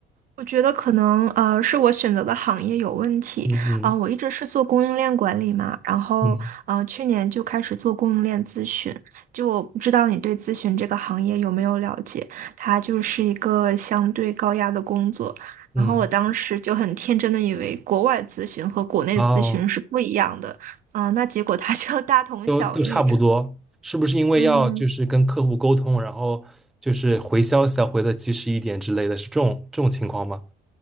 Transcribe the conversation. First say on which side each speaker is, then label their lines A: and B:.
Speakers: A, on the right (about 55°); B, in the centre.
A: 我觉得可能呃是我选择的行业有问题啊、
B: 嗯嗯
A: 我一直是做供应链管理嘛，然后嗯，
B: 嗯
A: 去年就开始做供应链咨询，就我不知道你对咨询这个行业有没有了解？它就是一个相对高压的工作，
B: 嗯。
A: 然后我当时就很天真的以为国外咨询和国内咨询是不一样的，
B: 哦，
A: 嗯、那结果它 <laughs> 就大同小异，
B: 都都差不多，是不是因为要就是跟客户沟通，
A: 嗯，
B: 然后就是回消息要回的及时一点之类的，是这种这种情况吗？